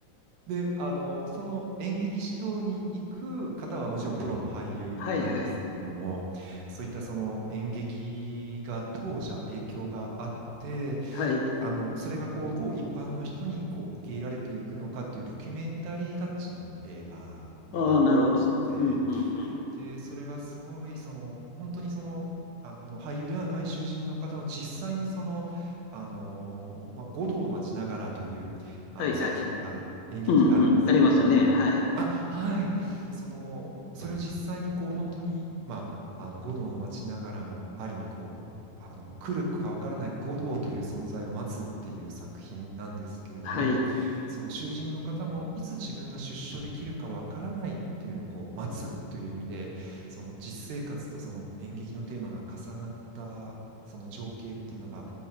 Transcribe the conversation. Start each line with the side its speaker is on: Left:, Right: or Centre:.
Right: で、あの、その演劇指導に行く方はもちろんプロの俳優なんですけれども、
Left: はいはい。
Right: そういったその演劇がどうじゃあ影響があって、
Left: はい。
Right: あの、それがこう、どう一般の人にこう受け入れられていくのかっていうドキュメンタリータッチの映画になってまして、
Left: ああ、なるほど。うん、うん、うん。
Right: で、それがすごい、その、本当にその、ああの俳優ではない囚人の方の実際のその、あのまあ、五道を待ちながらというあの作品が演劇であるんですけれども、
Left: はいはい。うん、うん。ありますね。はい。
Right: あ、はい、その、それを実際にこう本当に、まあ、あの五道の待ちながらも、ある意味こう、あの来るかわからない五道という存在を待つっていう作品なんですけれども、
Left: はい。
Right: その囚人の方もいつ自分が出所できるかわからないっていうのをこう待つという意味でその実生活とその演劇のテーマが重なったその情景っていうのが